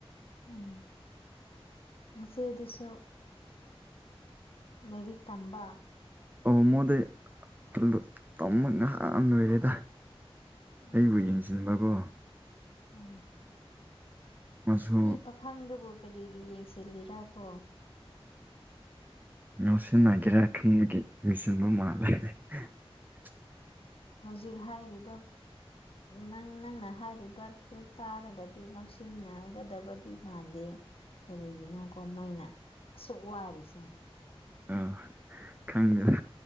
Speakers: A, on the left (about 65°); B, on the right (about 20°).
A: ꯎꯝ ꯅꯆꯦꯗꯨꯁꯨ ꯂꯥꯏꯔꯤꯛ ꯇꯝꯕ
B: ꯑꯣ ꯃꯉꯣꯟꯗꯗꯤ ꯑꯗꯨ ꯇꯝꯕ ꯉꯍꯥꯟꯅ ꯂꯣꯏꯔꯦꯗ
A: ꯎꯝ
B: ꯑꯩꯕꯨ ꯌꯦꯡꯁꯤꯟꯕꯀꯣ
A: ꯎꯝ
B: ꯃꯥꯁꯨ
A: ꯃꯤ ꯄꯥꯈꯪꯗꯨꯕꯨ ꯀꯔꯤꯒꯤ ꯌꯦꯡꯁꯤꯜꯂꯤꯔ ꯀꯣ
B: ꯉꯥꯎꯁꯤꯟꯅꯒꯦꯔꯥ ꯈꯟꯕꯒꯤ ꯂꯣꯏꯁꯤꯟꯕ ꯃꯥꯜꯂꯦ <inaudible>
A: ꯍꯧꯖꯤꯛ ꯍꯥꯏꯔꯤꯗꯣ ꯅꯪ ꯅꯪꯅ ꯍꯥꯏꯔꯤꯕꯗꯨꯨ ꯇꯥꯔꯒꯗꯤ ꯉꯥꯎꯁꯤꯟꯅꯒꯗꯕꯗꯤ ꯃꯥꯟꯗꯦ ꯀꯔꯤꯒꯤꯅꯣꯀꯣ ꯃꯣꯏꯅ ꯑꯁꯨꯛ ꯋꯥꯔꯤꯁꯦ
B: ꯑꯥ ꯈꯪꯗꯦꯗ